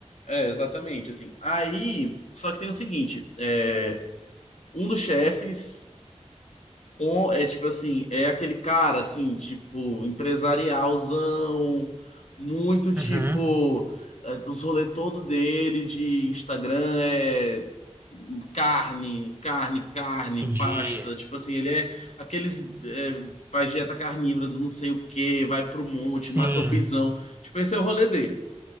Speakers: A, on the left; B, on the right.
A: É, exatamente, assim. Aí, só que tem o seguinte, é, um dos chefes com- é tipo assim, é aquele cara assim, tipo, empresarialzão, muito tipo,
B: Uhum,
A: é, os rolê todo dele de Instagram é carne, carne, carne,
B: entendi.
A: pasta, tipo assim, ele é aqueles é, faz dieta carnívora do não sei o que vai pro monte,
B: Sim.
A: mata o pisão. Tipo, esse é o rolê dele.